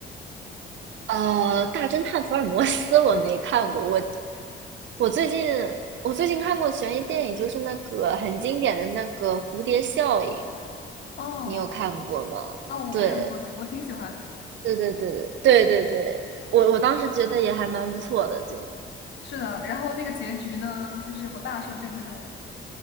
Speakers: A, on the right (about 70°); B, on the left (about 60°).
A: 呃，《大侦探福尔摩斯》我没看过，我我最近我最近看过悬疑电影，就是那个很经典的那个《蝴蝶效应》，
B: 哦
A: 你有看过吗？
B: 哦，我看过的，
A: 对，
B: 我挺喜欢的。
A: 对对对对对对，我我当时觉得也还蛮不错的，就
B: 是的，然后那个结局呢，就是我大受震撼。